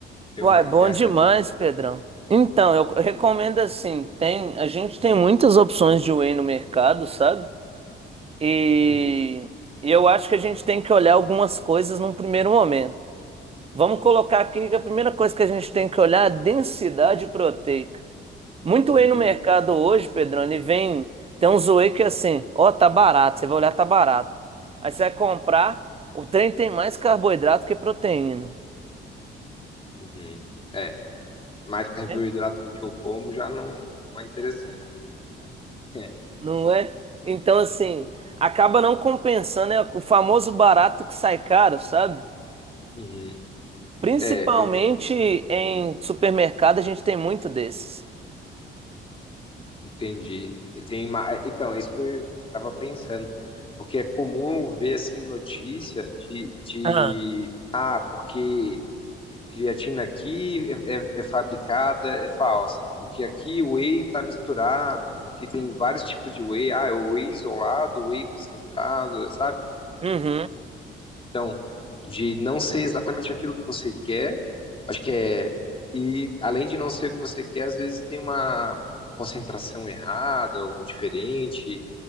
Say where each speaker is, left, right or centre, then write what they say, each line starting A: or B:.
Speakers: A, on the left (about 25°); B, on the right (about 30°).
A: deu
B: Uai,
A: uma,
B: bom
A: deu essa
B: demais,
A: dica aí pra
B: Pedrão. Então, eu eu recomendo assim, tem, a gente tem muitas opções de whey no mercado, sabe? E,
A: mim. Uhum.
B: e eu acho que a gente tem que olhar algumas coisas num primeiro momento. Vamos colocar aqui que a primeira coisa que a gente tem que olhar é a densidade proteica. Muito whey
A: Hum,
B: no mercado
A: boa.
B: hoje, Pedrão, e vem. Tem uns whey que é assim, ó, tá barato. Você vai olhar, tá barato. Aí você vai comprar, o trem tem mais carboidrato que proteína.
A: Uhum. É, mais carboidrato
B: né?
A: do que eu como já não, não é interessante. <laughs> É.
B: Não é? Então, assim, acaba não compensando, é o famoso barato que sai caro, sabe?
A: Uhum.
B: Principalmente
A: É,
B: em supermercado, a gente tem muito desses.
A: Entendi. E Tem, ma- é, então, é isso que eu estava pensando, porque é comum eu ver assim notícia de, de
B: Ah,
A: ah, porque creatina aqui é, é- é fabricada, é falsa, porque aqui o whey está misturado, porque tem vários tipos de whey, ah, é o whey isolado, o whey concentrado, sabe?
B: Uhum.
A: Então, de não ser exatamente aquilo que você quer, acho que é. E além de não ser o que você quer, às vezes tem uma concentração errada ou diferente.